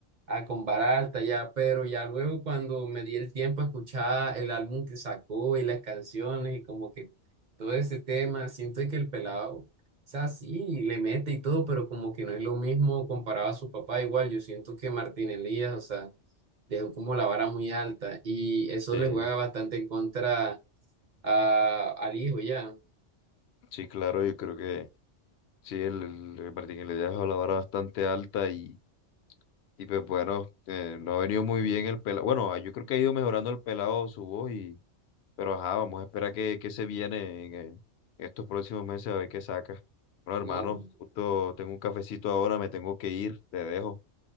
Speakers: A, on the right; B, on the left.
A: a con vara alta ya, pero ya luego cuando me di el tiempo a escuchar el álbum que sacó y las canciones y como que todo ese tema. Siento que el pelado, o sea, sí, le mete y todo, pero como que no es lo mismo comparado a su papá. Igual, yo siento que Martín Elías, o sea, dejó como la vara muy alta y eso
B: sí.
A: le juega bastante en contra a, al hijo ya.
B: Sí, claro, yo creo que sí, el, el- el Martín Iglesias dejó la vara bastante alta y, y pues bueno, eh, no ha venido muy bien el pelado. Bueno, ah, yo creo que ha ido mejorando el pelado su voz y, pero ajá, vamos a esperar que, que se viene en, eh, estos próximos meses a ver qué saca. Bueno, hermano,
A: No,
B: justo tengo un cafecito ahora, me tengo que ir, te dejo.